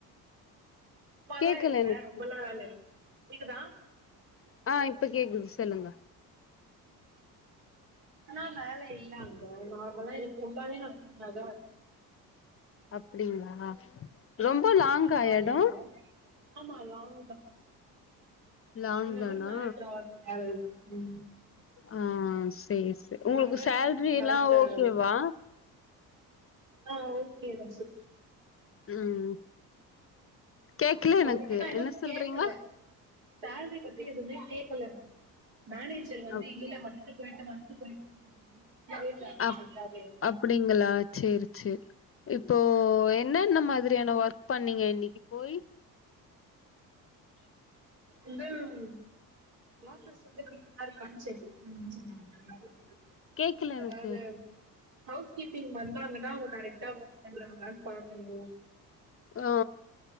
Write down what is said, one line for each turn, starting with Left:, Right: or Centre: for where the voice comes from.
Right: சும்மாதான்
Left: கேக்கல
Right: இருந்தேன்
Left: எனக்கு
Right: ரொம்பல வேலயில கேக்குதா
Left: ஆ இப்ப கேக்குது சொல்லுங்க
Right: ஆனா வேலை இல்ல அங்க நார்மலா எனக்கு ரொம்பவே நான் சும்மா தான் இருக்
Left: அப்டிங்களா ரொம்ப லாங்கா
Right: ரொம்பலா வேல
Left: எடம்
Right: இல்ல ஆமா லங் தான்
Left: லாங்
Right: ஒன்னவர்
Left: தானா
Right: மேல ட்ராவல் ம்
Left: ஆ செர் செர்
Right: ஒன்
Left: உங்களுக்கு
Right: ஹவர்
Left: சேல்ரி
Right: ஒன்ற
Left: எல்லாம்
Right: ஹவர் டிராவல்
Left: ஓகேவா
Right: ஆ ஓகே தான் சு
Left: ம் கேக்கல எனக்கு
Right: அவுங்க கிட்ட நான் இன்னும்
Left: என்ன சொல்றீங்க
Right: கேக்கல சேல்ரி பத்தி எதுவுமே கேக்கல நான் மேனேஜர் வந்து
Left: அப்
Right: இல்ல வந்துட்டு போயிட்டு வந்துட்டு போயிட்டு வந்துது தெரியல
Left: அப்
Right: யாரு
Left: அப்டிங்களா செரிசெர் இப்போ என்னன்ன மாதிரியான ஒர்க் பண்ணீங்க இன்னைக்கி போய்
Right: இந்த <unintelligible> <unintelligible>
Left: கேக்கல
Right: <unintelligible> அதாவது
Left: எனக்கு
Right: ஹவுஸ் கீப்பிங் வந்தாங்கன்னா அவங்க கரெக்டா ஒர்க் பண்றாங்களானு பாக்கணும்
Left: ஆ